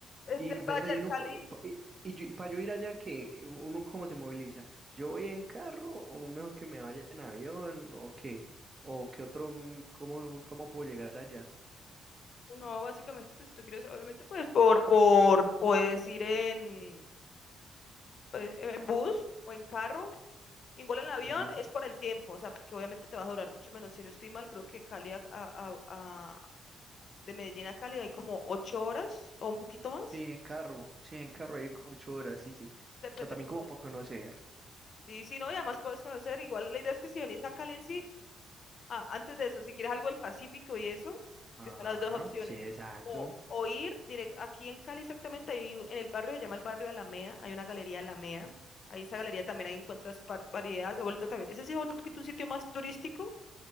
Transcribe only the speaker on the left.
Es
del
Valle
del
Cali.
No, básicamente, pues si tú quieres, obviamente, pues por, por, puedes ir en, pues, en en bus o en carro, igual en avión,
es por el tiempo, o sea, porque obviamente te va a durar mucho menos. Si no estoy mal, creo que Cali a, a- a- a- de Medellín a Cali hay como ocho horas o un poquito más,
depende.
un
Sí, sí, no, y además puedes conocer, igual la idea es que si venís a Cali en sí, Ah, antes de eso, si quieres algo del Pacífico y eso,
están las dos opciones.
O, o ir directo, aquí en Cali exactamente, hay, un- en el barrio se llama el barrio Alameda, hay una galería Alameda. Ahí esa galería también ahí encuentras par- variedades, se ha vuelto también. Ese sí se ha vuelto un poquito un sitio más turístico.